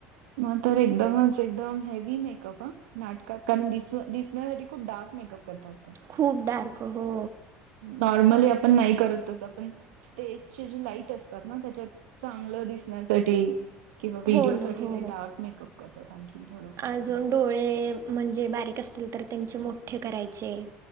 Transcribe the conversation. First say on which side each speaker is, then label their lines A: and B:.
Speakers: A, on the right; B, on the right.
A: मग तर एकदमच एकदम हेवी मेकअप हं नाटकात कारण दिस दिसण्यासाठी खूप डार्क मेकअप करतात.
B: खूप डार्क हो
A: नॉर्मली आपण नाही. करत तस पण स्टेज जी लाईट असतात. ना त्याच्यात चांगलं दिस दिसण्यासाठी किंवा व्हिडिओ
B: हो ना
A: साठी
B: हो
A: ते डार्क मेकअप करतात. आणखी थोडं उठून
B: अजून डोळे म्हणजे बारीक असतील. तर त्यांचे मोठे करायचे.